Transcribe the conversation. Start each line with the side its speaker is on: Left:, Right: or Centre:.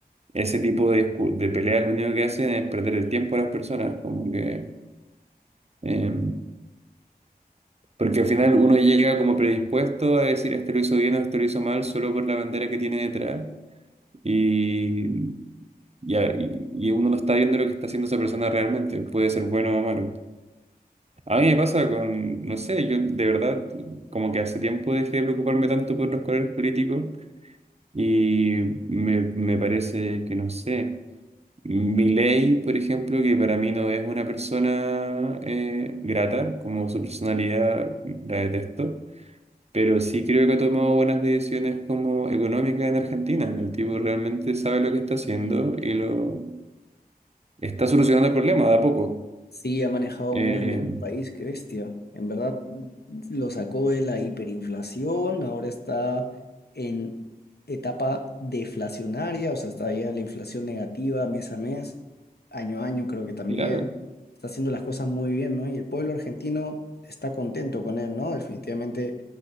Right: ese tipo de, discu- de peleas lo único que hacen es perder el tiempo a las personas, como que, eh, porque al final uno llega como predispuesto a decir, este lo hizo bien o este lo hizo mal, solo por la bandera que tiene detrás, y, y, a- y- y uno no está viendo lo que está haciendo esa persona realmente, puede ser bueno o malo. A mí me pasa con, no sé, yo de verdad como que hace tiempo dejé de preocuparme tanto por los colores políticos y me, me parece que no sé. Milei, por ejemplo, que para mí no es una persona eh, grata, como su personalidad la detesto, pero sí creo que ha tomado buenas decisiones como económicas en Argentina. El tipo realmente sabe lo que está haciendo y lo está solucionando el problema de a poco.
Left: Sí, ha manejado
Right: Eh,
Left: muy bien el país, qué bestia. En verdad, lo sacó de la hiperinflación, ahora está en etapa deflacionaria, o sea, está ya la inflación negativa mes a mes, año a año creo que también.
Right: claro,
Left: Está haciendo las cosas muy bien, ¿no? Y el pueblo argentino está contento con él, ¿no? Definitivamente,